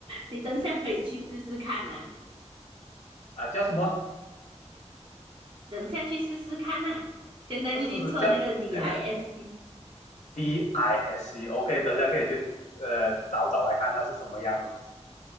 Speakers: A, on the right; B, on the left.
A: 你等下可以去试试看呢、
B: 啊！叫什么？
A: 等下去试试看呢、现在就去测那个
B: 不是不是叫那个
A: DISC，
B: DISC，OK，等下可以去呃找找来看它是什么样的东西